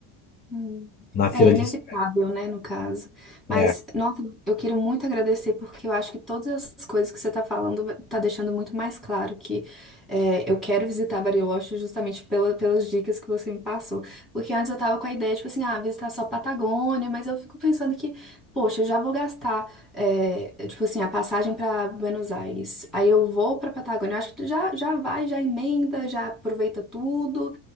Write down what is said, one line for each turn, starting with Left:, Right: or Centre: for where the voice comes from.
Centre: Hum.
Left: na fila
Centre: É inevitável,
Left: de espera.
Centre: né, no caso. Mas,
Left: É,
Centre: nossa, eu quero muito agradecer, porque eu acho que todas essas coisas que você está falando está deixando muito mais claro que é, eu quero visitar Bariloche justamente pela, pelas dicas que você me passou. Porque antes eu tava com a ideia, tipo assim, ah, visitar só Patagônia, mas eu fico pensando que, poxa, eu já vou gastar, é, tipo assim, a passagem para Buenos Aires. Aí eu vou para Patagônia, eu acho que tu já, já vai, já emenda, já aproveita tudo.